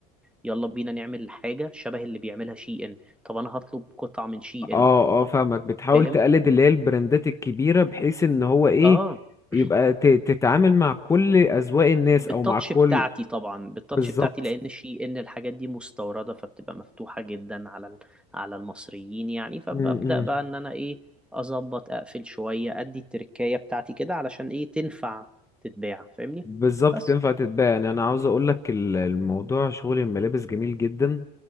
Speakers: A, in the centre; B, on the left.
A: يلا بينا نعمل حاجة شبه اللي بيعملها شي ان طب انا هطلب قطعة من شي
B: اه
A: ان طب
B: اه فاهمك بتحاول
A: فاهم
B: تقلد اللي هي البراندات الكبيرة بحيث ان هو ايه
A: اه
B: يبقى
A: <clears throat>
B: ت- تتعامل مع كل اذواق الناس
A: بالتاتش
B: او مع كل
A: بتاعتي طبعا بالتاتش
B: بالظبط
A: بتاعتي لان شي ان الحاجات دي مستورده فبتبقى مفتوحه جدا على ال- على المصريين يعني فببدا
B: م- م.
A: بقى ان انا ايه اظبط اقفل شويه ادي التركايه بتاعتي كده علشان ايه تنفع تتباع فاهمني
B: بالظبط
A: بس
B: تنفع تتباع يعني انا عاوز اقولك ال- الموضوع شغل الملابس جميل جدا